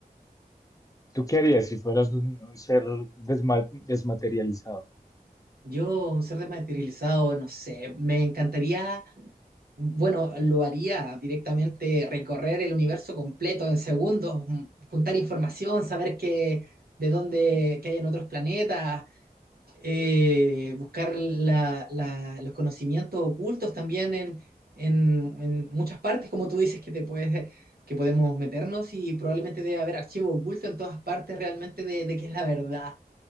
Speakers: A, on the left (about 20°); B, on the right (about 70°).
A: ¿Tú qué harías si fueras un, un ser desma- desmaterializado?
B: Yo, un ser desmaterializado, no sé, me encantaría, bueno, lo haría directamente, recorrer el universo completo en segundos, mm, juntar información, saber qué, de dónde, qué hay en otros planetas, eh, buscar la- la- los conocimientos ocultos también en, en- en muchas partes, como tú dices, que te puedes, que podemos meternos y probablemente debe haber archivo oculto en todas partes realmente de, de qué es la verdad